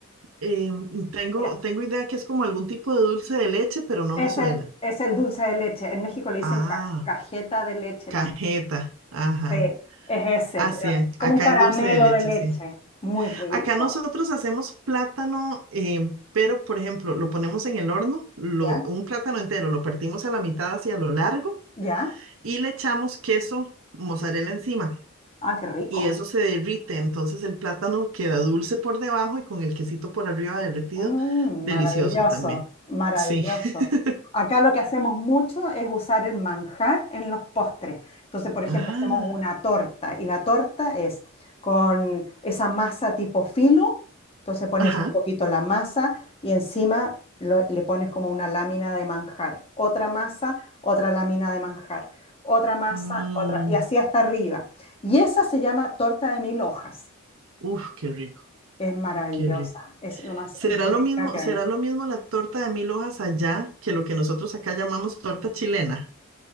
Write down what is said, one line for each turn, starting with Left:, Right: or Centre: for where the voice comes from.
Right: eh, tengo,
Left: Mira,
Right: tengo idea que es como algún tipo de dulce de leche, pero no
Left: es
Right: me suena.
Left: el, es el dulce de leche. En México le dicen
Right: Ah,
Left: ca- cajeta de leche
Right: cajeta.
Left: también.
Right: Ajá.
Left: Sí, es ese,
Right: Así
Left: pero
Right: es,
Left: como
Right: acá
Left: un caramelo
Right: es dulce de leche,
Left: de leche.
Right: sí.
Left: Muy rico.
Right: Acá nosotros hacemos plátano, eh, pero por ejemplo, lo ponemos en el horno, lo,
Left: ¿Ya?
Right: un plátano entero, lo partimos a la mitad hacia lo largo
Left: ¿Ya?
Right: y le echamos queso mozzarella encima.
Left: Ah, qué rico.
Right: Y eso se derrite, entonces el plátano queda dulce por debajo y con el quesito por arriba derretido,
Left: Mm,
Right: delicioso
Left: maravilloso,
Right: también.
Left: maravilloso.
Right: Sí. <laughs>
Left: Acá lo que hacemos mucho es usar el manjar en los postres. Entonces, por ejemplo,
Right: Ah,
Left: hacemos una torta y la torta es con esa masa tipo filo. Entonces pones
Right: ajá.
Left: un poquito la masa y encima lo- le pones como una lámina de manjar. Otra masa, otra lámina de manjar. Otra masa,
Right: Mm,
Left: otra. Y así hasta arriba. Y esa se llama torta de mil hojas.
Right: uf, qué rico,
Left: Es maravillosa.
Right: qué rico.
Left: Es lo más
Right: ¿Será
Left: rica
Right: lo mismo,
Left: que hay.
Right: será lo mismo la torta de mil hojas allá que lo que nosotros acá llamamos torta chilena?